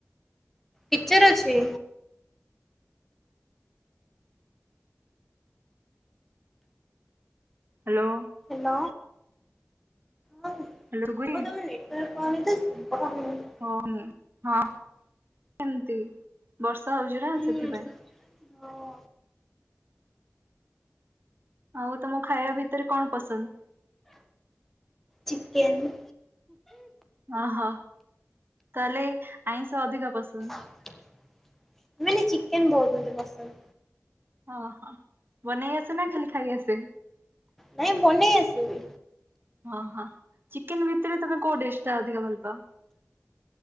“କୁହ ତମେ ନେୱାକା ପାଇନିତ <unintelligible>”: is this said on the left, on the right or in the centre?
Centre